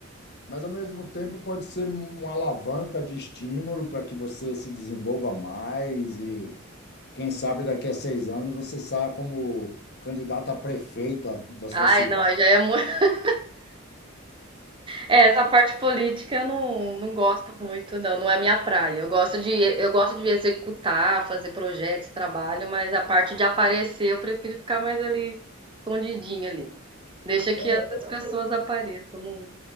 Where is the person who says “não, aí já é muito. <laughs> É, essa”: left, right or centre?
Right